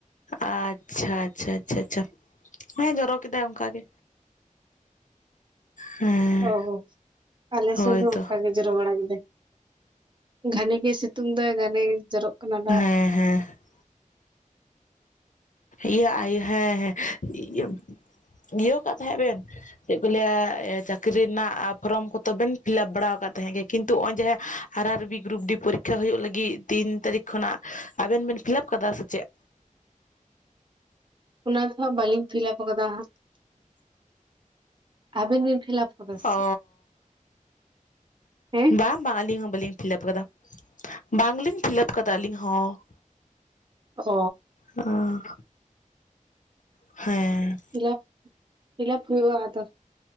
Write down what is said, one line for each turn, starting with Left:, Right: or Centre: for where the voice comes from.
Left: <inaudible> ᱟᱪᱪᱷᱟ ᱟᱪᱪᱷᱟ ᱟᱪᱪᱷᱟ ᱟᱪᱪᱷᱟ ᱦᱮᱸ ᱡᱚᱨᱚ ᱠᱮᱫᱟᱭ ᱚᱱᱠᱟ ᱜᱮ᱾ ᱦᱮᱸ
Right: ᱚᱦᱚ, ᱟᱞᱮ
Left: ᱦᱳᱭᱛᱚ
Right: ᱥᱮᱱ ᱦᱚ ᱚᱱᱠᱟ ᱜᱮ ᱡᱚᱨᱚ ᱵᱟᱲᱟ ᱠᱮᱫᱟᱭ, ᱜᱷᱟᱱᱮ ᱜᱮ ᱥᱤᱛᱩᱝ ᱫᱟᱭ ᱜᱷᱟᱱᱮ ᱜᱮ ᱡᱚᱨᱚᱜ ᱠᱟᱱᱟ ᱫᱟᱜ ᱾
Left: ᱦᱮᱸ ᱦᱮᱸ ᱾ ᱤᱭᱟᱹ ᱟᱭ ᱦᱮᱸ ᱦᱮᱸ ᱤᱭᱟᱹ ᱤᱭᱟᱹ ᱠᱟᱜ ᱛᱟᱦᱮᱸᱫ ᱵᱮᱱ ᱪᱮᱫ ᱠᱚ ᱞᱟᱹᱭᱟ ᱪᱟᱹᱠᱨᱤ ᱨᱮᱱᱟᱜ ᱯᱷᱚᱨᱚᱢ ᱠᱚ ᱛᱚᱵᱮᱱ ᱯᱷᱤᱞᱟᱯ ᱵᱟᱲᱟ ᱟᱠᱟᱫ ᱛᱟᱦᱮᱸᱜ ᱜᱮ ᱠᱤᱱᱛᱩ ᱚᱜ-ᱚᱭ ᱡᱮ ᱟᱨ ᱟᱨ ᱵᱤ ᱜᱩᱨᱩᱯ ᱰᱤ ᱯᱚᱨᱤᱠᱠᱷᱟ ᱦᱩᱭᱩᱜ ᱞᱟᱹᱜᱤᱫ ᱛᱤᱱ ᱛᱟᱹᱨᱤᱠᱷ ᱠᱷᱚᱱᱟᱜ ᱟᱵᱮᱱ ᱵᱮᱱ ᱯᱷᱤᱞᱟᱯ ᱠᱟᱫᱟ ᱥᱮ ᱪᱮᱫ?
Right: ᱚᱱᱟ ᱫᱚᱦᱟᱸᱜ ᱵᱟᱹᱞᱤᱧ ᱯᱷᱤᱞᱟᱯ ᱠᱟᱫᱟ ᱦᱟᱸᱜ <inaudible> ᱟᱹᱵᱤᱱ ᱵᱤᱱ ᱯᱷᱤᱞᱟᱯ ᱟᱠᱟᱫᱟ ᱥᱮ
Left: ᱚᱻ
Right: ᱦᱮᱸ
Left: ᱵᱟᱝ ᱵᱟᱝ ᱟᱞᱤᱧ ᱦᱚᱸ ᱵᱟᱹᱞᱤᱧ ᱯᱷᱤᱞᱟᱹᱯ ᱟᱠᱟᱫᱟ, ᱵᱟᱝᱞᱤᱧ ᱯᱷᱤᱞᱟᱹᱯ ᱠᱟᱫᱟ ᱟᱹᱞᱤᱧ ᱦᱚᱸ ᱾
Right: ᱚ ᱾
Left: ᱟᱸ ᱦᱮᱸ᱾
Right: ᱯᱷᱤᱞᱟᱯ, ᱯᱷᱤᱞᱟᱯ ᱦᱩᱭᱩᱜᱼᱟ ᱟᱫᱚ